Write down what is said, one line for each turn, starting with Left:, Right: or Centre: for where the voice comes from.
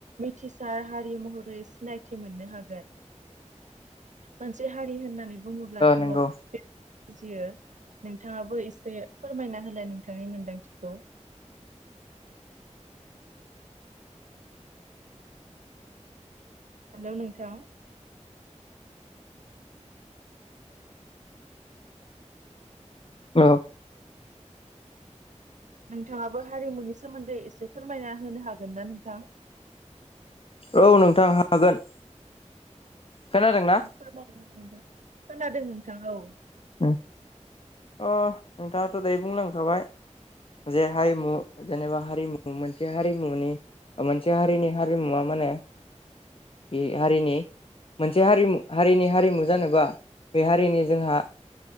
Right: मिथिसार हारि महरै सिनायथि मोननो हागोन मोनसे हारि होननानै बुङोब्लाथ'
Left: नंगौ
Right: बुजियो नोंथाङाबो एसे फोरमायना हला नोंथांनि मोनदांथिखौ हेलौ नोंथां
Left: औ
Right: नोंथांङाबो हारिमुनि सोमोन्दै एसे फोरमायना होनो हागोन ना नोंथां
Left: औ नोंथां हागोन खोनादों ना
Right: फोरमाय खोनादों नोंथां औ
Left: अ नोंथांङाथ' दायो बुंलांखाबाय जे हारिमु जेनेबा हारिमु मोनसे हारिमुनि मोनसे हारिनि हारिमुवा माने बे हारिनि मोनसे हारिमु हारिनि हारिमु जानोबा बे हारिनि जोंहा